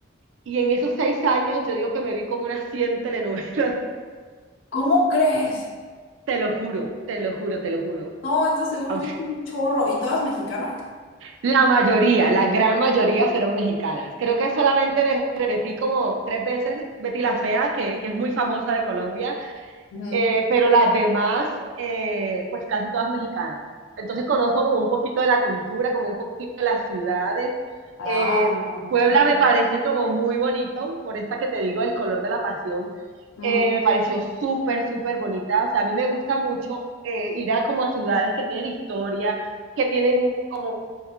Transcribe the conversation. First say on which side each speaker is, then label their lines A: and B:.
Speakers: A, on the right; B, on the left.
A: y en esos seis años yo digo que me vi como unas 100 telenovelas,
B: ¿Cómo crees?
A: <laughs> te lo juro, te lo juro, te lo juro.
B: No, entonces seguro
A: O
B: viste
A: sea,
B: un chorro. ¿Y todas mexicanas?
A: La mayoría, la gran mayoría fueron mexicanas. Creo que solamente me repetí como tres veces Betty la Fea, que, que es muy famosa de Colombia,
B: Ujú.
A: eh, pero las demás, eh, pues casi todas mexicanas. Entonces conozco como un poquito de la cultura, como un poquito de las ciudades.
B: Ah,
A: Eh, Puebla
B: ajá,
A: me parece como muy bonito, por esta que te digo, el color de la pasión.
B: ujú.
A: Eh, me pareció súper, súper bonita. O sea, a mí me gusta mucho eh, ir a como a ciudades que tienen historia, que tienen como